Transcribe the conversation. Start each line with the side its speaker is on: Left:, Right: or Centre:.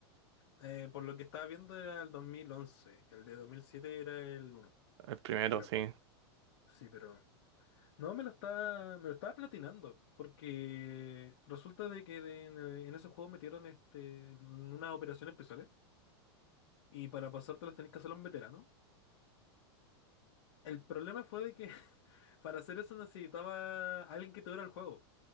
Left: eh, por lo que estaba viendo era el 2011, el de 2007 era el uno,
Right: el primero,
Left: creo.
Right: sí.
Left: Sí, pero... No, me lo está, me lo estaba platinando, porque resulta de que de- en, eh, en esos juegos metieron este, unas operaciones especiales y para pasártelas tenés que hacerlo en veterano. El problema fue de que <laughs> para hacer eso necesitaba alguien que te dura el juego.